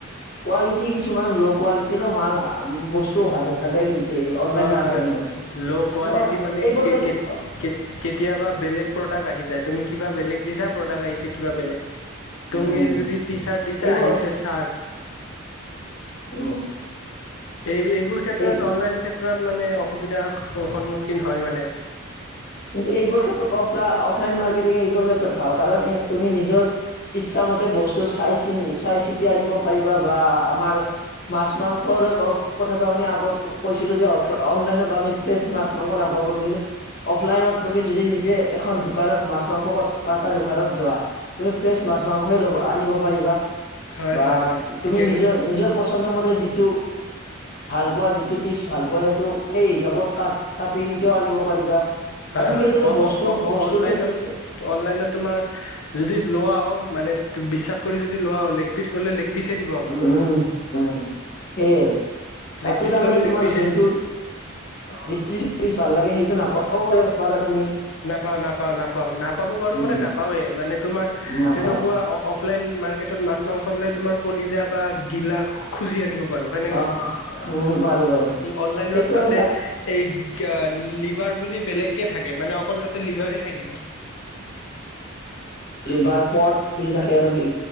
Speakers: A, on the left; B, on the left.
A: কোৱালিটি কিছুমান ল' কোৱালিটিৰো মাল বস্তু অহা দেখা যায় কিন্তু এই অনলাইন
B: হয়
A: মাৰ্কেটিঙত
B: হয় ল' কোৱালিটি
A: ন
B: মানে
A: সেইবোৰ
B: কে
A: ক্ষেত্ৰত
B: কে কেতিয়াবা বেলেগ প্ৰডাক্ট আহি যায়। তুমি কিবা বেলেগ। দিছা প্ৰডাক্ট আহিছে। কিবা বেলেগ তুমি
A: উম
B: যদি টি চাৰ্ট দিছা
A: এইবোৰ
B: আহিছে চাৰ্ট
A: <unintelligible>
B: এই এইবোৰ ক্ষেত্ৰত
A: এই
B: অনলাইন ক্ষেত্ৰত মানে অসুবিধাৰ সন্মুখীন হয় মানে।
A: কিন্তু এইবোৰ ক্ষেত্ৰতফ অফলাইন মাৰ্কেটিং এইবোৰ ক্ষেত্ৰত ভাল কাৰণ এ তুমি নিজৰ ইচ্ছা মতে বস্তু চাই চি চাই চিতি আনিব পাৰিবা বা আমাৰ মাছ মাংস কথাটো আমি আগত কৈছিলো যে অনলাইনত আমি ফ্ৰেছ মাছ মাংস ন নাপাব পাৰো কিন্তু অফলাইনত তুমি যদি নিজে এখন দোকানত মাছ মাংস কটা দোকানত যোৱা তুমি ফ্ৰেছ মাছ মাছ -মাংসই লব আনিব পাৰিবা
B: হয়
A: বা
B: হয় হয় ঠিকে
A: তুমি নিজৰ
B: কৈছা
A: নিজৰ পচন্দ মতে যিটো ভাল পোৱা যিটো পিচ ভাল পোৱা সেইটো সেই হিচাপত ক কাটি কিন্ততেও আনিব পাৰিবা। বা
B: হয়
A: ঠিক
B: হয়।
A: সেইদৰে
B: অ'
A: বস্তু বস্তুৰ
B: অ'অনলাইনত
A: ক্ষেত্ৰতো
B: অনলাইনত তোমাৰ যদি লোৱাও মানে মানে বিশ্বাস কৰি যদি লোৱা। লেগ পিচ ল'লে লেগ পিচ দিব অকল
A: উম উম সেয়ে তাতে
B: লেগ পিচ
A: তাৰ
B: ললে
A: মানে
B: লেগ
A: তোমাৰ
B: পিচে
A: যোনটো
B: দিব
A: যিটো যি প ভাল লাগে সেইটো নাপাবওঁ পাৰিব পাৰা তুমি
B: নাপাওঁ, নাপাওঁ, নাপাওঁ নাপাব পাৰো
A: উম
B: মানে নাপাৱেই মানে তোমাৰ
A: নাপা
B: যেনেকুৱা অফলাইন মাৰ্কেট মাছ মাংস লৈ তোমাৰ কলিজা বা গিলা খুজি আনিব পাৰো হয় নে নাই?
A: অ উম পাৰো পাৰো
B: অনলাইনত
A: সেইটো
B: তাতে
A: আমি তাত
B: এই লিভাৰ বুলি বেলেগ। থাকে মানে অকল তাতে লিভাৰে থাকিব।
A: লিভাৰ পট বুলি থাকে। আৰু কি!